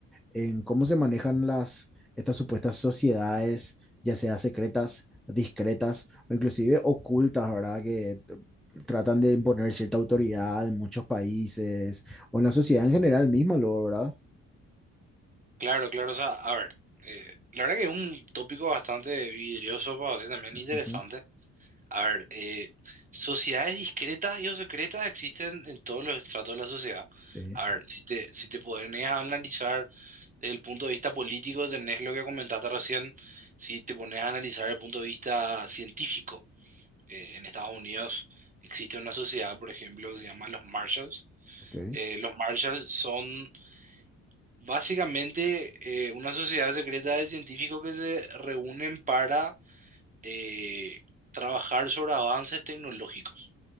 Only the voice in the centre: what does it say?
en cómo se manejan las, estas supuestas sociedades, ya sea secretas, discretas o inclusive ocultas, ¿verdad? Que t- tratan de imponer cierta autoridad en muchos países o en la sociedad en general misma, luego, ¿verdad?
Ujú,
Sí,
ok,